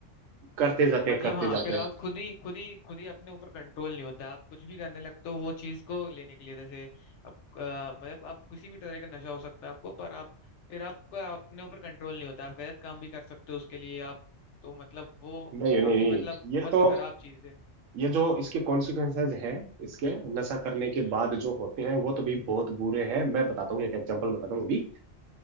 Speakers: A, on the right; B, on the left.
A: करते जाते हैं
B: मतलब
A: करते
B: हाँ
A: जाते
B: फिर
A: हैं
B: आप खुद ही खुद ही खुद ही अपने ऊपर कंट्रोल नहीं होता आप कुछ भी करने लगते हो वो चीज को लेने के लिए जैसे आप अ, मतलब आप किसी भी तरह का नशा हो सकता है आपको पर आप फिर आपका अपने ऊपर कंट्रोल नहीं होता आप गलत काम भी कर सकते हो उसके लिए आप तो मतलब वो
A: नहीं
B: काफी
A: नहीं नहीं
B: मतलब
A: ये
B: बहुत
A: तो
B: ही खराब चीज है
A: ये जो इसके कॉन्सिक्वेंसेस हैं इसके नशा करने के
B: हम्म
A: बाद जो होते हैं वो तो भी बहुत बुरे हैं मैं बताता हूँ एक एग्जांपल बताता हूँ अभी